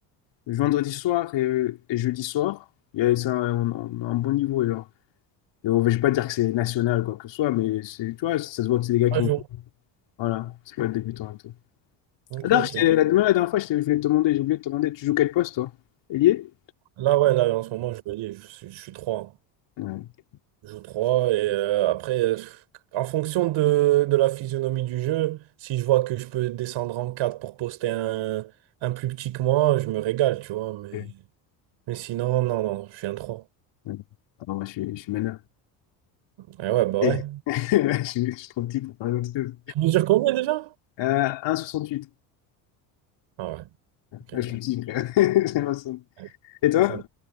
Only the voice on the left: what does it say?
le vendredi soir et, et jeudi soir, il y a, ça, on, on a un bon niveau. Genre. Et on- je vais pas dire que c'est national, quoi que ce soit, mais c'est, tu vois, ça se voit que c'est des gars qui
ont.
Voilà, c'est pas le débutant et tout.
Ah, D'ailleurs,
je t'ai- la, la dernière fois, je, t'ai- je voulais te demander, j'ai oublié de te demander, tu joues quel poste, toi? Ailier?
Ouais.
Ouais.
Ouais. Ah, moi, je suis, je suis meneur.
Eh.
<laughs> Je suis, je suis trop petit pour faire autre chose.
Euh, huit
Ouais, je suis petit, frère. <laughs> J'ai l'impression.
Et toi?